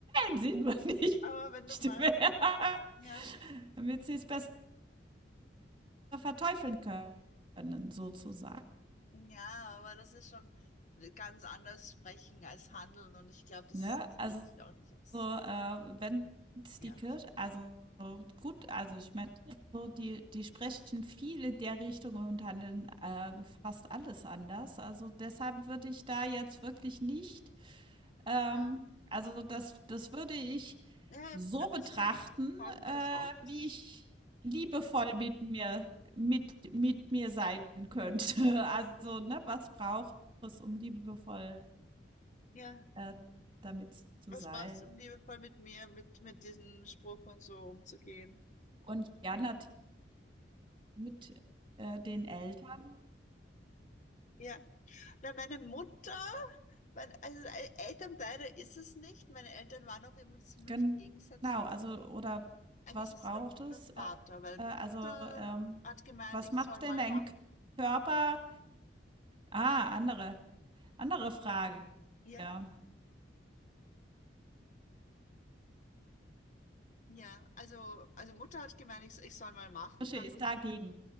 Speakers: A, on the right; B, on the left.
A: sie nur nicht
B: Aber wenn du meinst,
A: mehr,
B: ja,
A: <laughs> damit sie's bess verteufeln können, sozusagen.
B: ja, aber das ist schon ganz anders sprechen als handeln und ich glaube, das
A: Ne? Also,
B: würde ich auch nicht aussagen.
A: so, äh, wenn's
B: Ja.
A: die Kirche also, gut also, ich meine, so die die sprechen viel in der Richtung und handeln, äh, fast alles anders. Also, deshalb würde ich da jetzt wirklich nicht ähm,
B: Ja,
A: also, das das würde ich
B: ja,
A: so
B: ein
A: betrachten,
B: bisschen baut mich
A: äh,
B: das auf, was
A: wie
B: du sagst.
A: ich liebevoll mit mir mit mit mir sein könnte. <laughs> Also, ne, was braucht es, um liebevoll
B: Ja.
A: äh, damit zu
B: Was
A: sein.
B: brauchst du, um liebevoll mit mir, mit, mit diesem Spruch und so umzugehen?
A: Und ja, natürlich mit äh, den Eltern.
B: Ja. Na, meine Mutter, mein, also äh, Eltern beide ist es nicht. Meine Eltern waren auch immer ziemlich
A: Genau,
B: gegensätzlich.
A: also oder
B: Eigentlich
A: was
B: ist
A: braucht
B: es nur,
A: es?
B: nur Vater,
A: Äh,
B: weil
A: äh,
B: Mutter
A: also ähm,
B: hat gemeint,
A: was
B: ich
A: macht
B: soll mal
A: denn dein
B: machen.
A: Körper? Ah, andere, andere Frage.
B: Ja?
A: Ja.
B: Ja, also, also Mutter hat gemeint, ich, ich soll mal machen.
A: Kirche
B: Also
A: ist dagegen.